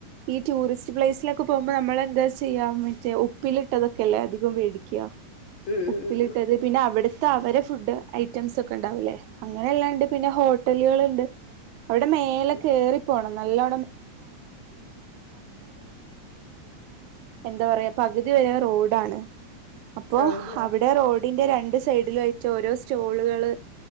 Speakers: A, on the right; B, on the left.
A: ഈ ടൂറിസ്റ്റ് പ്ലേസിലൊക്കെ പോകുമ്പോ നമ്മളെന്താ ചെയ്യാം മറ്റേ ഉപ്പിലിട്ടതൊക്കെ അല്ലേ അധികം പേടിക്കുക
B: ഉം
A: ഉപ്പിലിട്ടത്
B: ഉം ഉം ഉം,
A: പിന്നെ അവിടെ അവരെ ഫുഡ് ഐറ്റംസ് ഒക്കെ ഉണ്ടാവല്ലേ അങ്ങനെ എല്ലാ ഉണ്ട് പിന്നെ ഹോട്ടലുകളുണ്ട് അവിടെ മേലെയറി
B: ഉം.
A: പോണം നല്ലോ എന്താ റോഡാണ് അപ്പോൊ
B: ആ ആ,
A: അവിടെ റോഡിന്റെ രണ്ട് സൈഡില ആട്ട് ഓരോ സ്റ്റോളുകള്